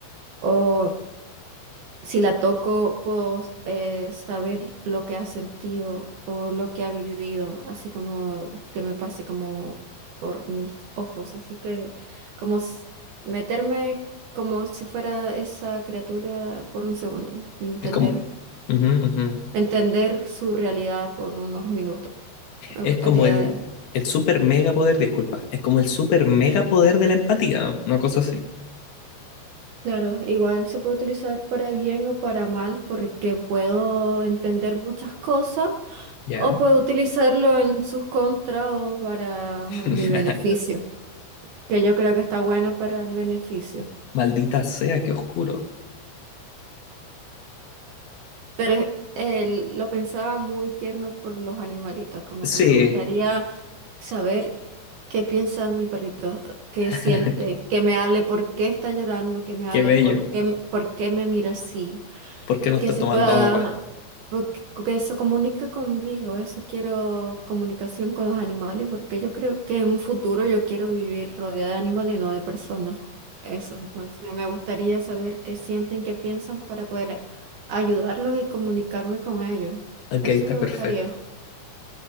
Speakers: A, on the right; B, on the left.
A: o si la toco, puedo eh, saber lo que ha sentido o lo que ha vivido, así como que me pase como por mis ojos, así que como s- meterme como si fuera esa criatura por un segundo, entender,
B: Es como, ujú, ujú.
A: entender su realidad por unos minutos. Me
B: Es
A: gustaría
B: como el, el super mega poder, disculpa, es como el super mega poder de la empatía, ¿no? Una cosa así.
A: Claro, igual se puede utilizar para bien o para mal, porque puedo entender muchas cosas
B: Ya.
A: o puedo utilizarlo en sus contras o para
B: <laughs>
A: mi beneficio, que yo creo que está bueno para el beneficio.
B: Maldita sea, qué oscuro.
A: Pero es- el- lo pensaba muy tierno por los animalitos, como
B: Sí,
A: que me gustaría saber qué piensa mi perrito, qué
B: <laughs>
A: siente, que me hable por qué está llorando, que me
B: qué
A: hable
B: bello.
A: por qué, por qué me mira así.
B: ¿Por qué no está
A: que se
B: tomando
A: pueda,
B: agua?
A: porque- que se comunique conmigo. Eso quiero comunicación con los animales, porque yo creo que en un futuro yo quiero vivir rodeada de animales, no de personas. Eso, entonces me gustaría saber qué sienten, qué piensan para poder ayudarlos y comunicarme con ellos.
B: Ok,
A: Eso
B: está
A: me
B: perfecto.
A: gustaría,